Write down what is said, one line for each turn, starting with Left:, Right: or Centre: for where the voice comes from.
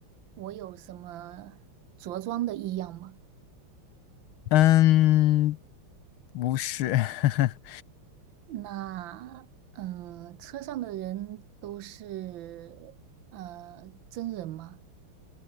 Right: 我有什么着装的异样吗？
Left: 嗯，不是，<laughs>
Right: 那嗯，呃车上的人都是呃真人吗？